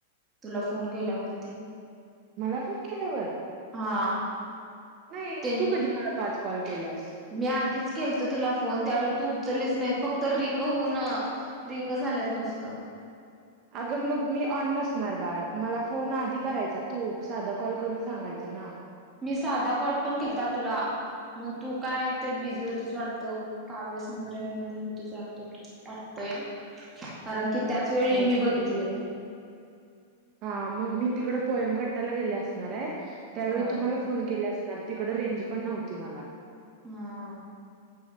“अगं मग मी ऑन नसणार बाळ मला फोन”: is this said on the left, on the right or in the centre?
Right